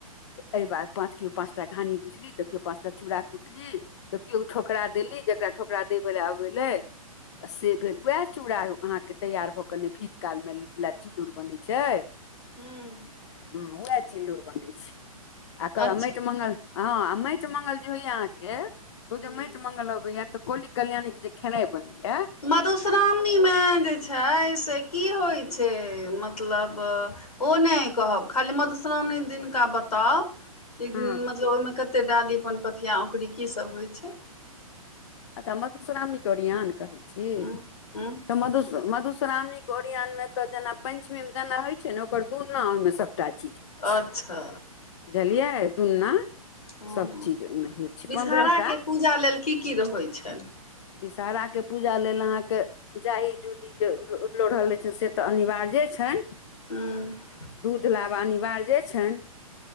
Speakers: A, on the left; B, on the left.
A: अहिबात पाँच केओ पाॅंच टा घानी भुज ली तऽ केओ पाँच टा चूड़ा कुटली तऽ केओ ठोकरा देली जेकरा ठोकरा देबले अबै एलै से भेल वैह चूड़ा अहाँके तैयार भऽ कऽ नै भीख कालमे लैच च्लुर बनै छै।
B: हूं
A: हँ वैह चिल्लौर बनै छै आ अकर
B: अच्छा
A: बाद माटि मङ्गल हँ आ माटि मंगल जे होइयै अहाँके त ओ
B: हूँ।
A: जे माटि मंगल अबैयै तऽ कौली कल्याणी के जे खेनाई बनैयै
B: मधुश्रामणीमे जे छै से की होइ छै मतलब ओ नै कहब खाली मधुश्रावणी दिनका बताउ <unintelligible> दिन
A: हँ
B: मतलब ओइमे कते डाली पनपथिया औंकुरी कीसभ होइ छै?
A: अच्छा मधुश्रावणीके ओरियान कहै छी।
B: उं उं
A: तऽ मधुश मधुश्रावणीके ओरियानमे तऽ जेना पञ्चमी में जेना होइ छै ने ओकर दुना ओइमे सभटा चीज छै
B: आच्छा
A: बुझलियै दुन्ना
B: हं
A: सभ चीज ओहिमे होइ छै
B: विषहाराके
A: पन्द्रह टा
B: पूजा लेल की की रहइ छैन?
A: विषहारा के पूजा लेल अहाँके जाइ जूली जे रो-लोढ़ल रइ छै से तऽ अनिबार्जे छैन।
B: हूम्म।
A: दूध लाबा अनिबार्जे जे छैन,